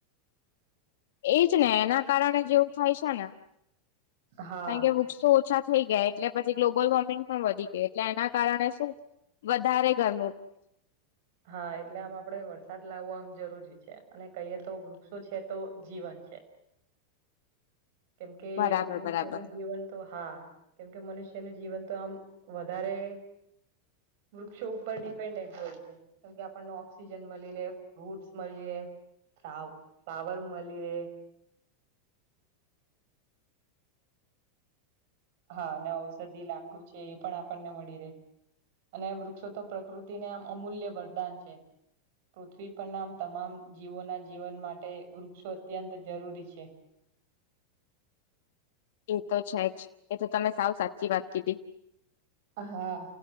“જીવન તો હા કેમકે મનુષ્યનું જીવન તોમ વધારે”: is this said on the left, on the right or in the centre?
Right